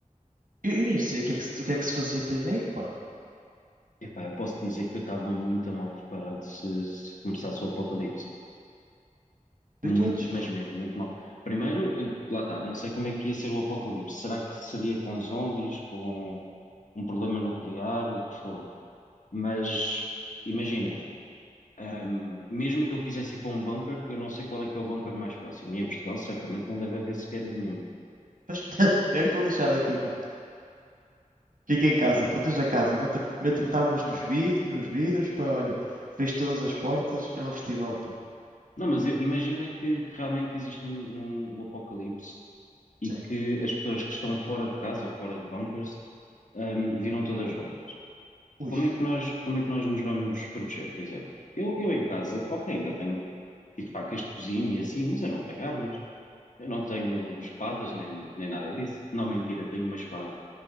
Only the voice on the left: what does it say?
Epá, eu posso dizer que eu estava muito mal preparado se, se começasse o apocalipse. Muito,
mas
mesmo, muito mal. Primeiro, eu- lá está, não sei como é que ia ser o apocalipse. Será que seria com zombies, com um problema nuclear, o que for? Mas imagina. Um, mesmo que eu quisesse ir para um bunker, eu não sei qual é que é o bunker mais próximo. E em Portugal, certamente, não deve haver sequer nenhum.
Não, mas eu- imagina que, que realmente existe um, um- um apocalipse e
que as pessoas que estão fora de casa ou fora de bunkers, um, viram todas zombies.
Como é que nós, como é que nós nos vamos proteger, por exemplo? Eu, eu em casa, ok, ainda tenho tipo facas de cozinha e assim, mas eu não tenho armas. Eu não tenho espadas nem, nem nada disso. Não, mentira, tenho uma espada.